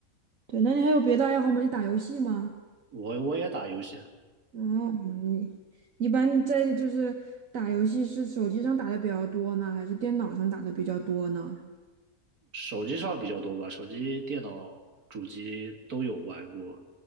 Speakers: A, on the right (about 65°); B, on the right (about 85°).
A: 对，那你还有别的爱好吗？你打游戏吗？
B: 我我也打游戏啊，
A: 哦，你你一般在就是打游戏是手机上打的比较多呢，还是电脑上打的比较多呢？
B: 手机上比较多吧，手机、电脑、主机都有玩过。